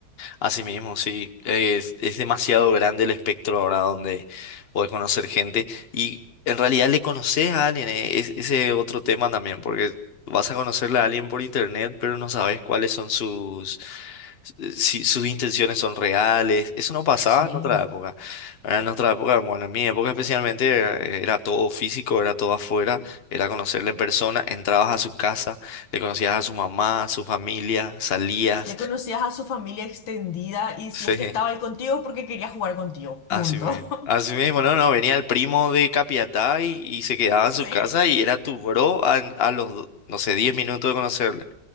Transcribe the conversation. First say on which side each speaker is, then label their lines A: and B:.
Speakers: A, on the left (about 40°); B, on the left (about 80°).
A: Así mismo, sí. Eh, Es, es demasiado grande el espectro ahora donde puedes conocer gente y en realidad le conoces a alguien. eh, Es, ese otro tema también, porque vas a conocerle a alguien por internet, pero no sabes cuáles son sus, eh, si sus intenciones son reales. Eso no pasaba
B: Sí.
A: en otra época. ¿verdad? En nuestra época, bueno, en mi época especialmente era, era todo físico, era todo afuera, era conocerle en persona, entrabas a su casa, le conocías a su mamá, a su familia, salías.
B: Le conocías
A: <laughs>
B: a su familia extendida y si
A: Sí.
B: es que estaba ahí contigo porque quería jugar contigo.
A: Así
B: Punto.
A: mismo.
B: <laughs>
A: Así mismo, no, no, venía el primo de Capiatá y, y se quedaba en su
B: Sí.
A: casa y era tu bro a, a los, do- no sé, 10 minutos de conocerle.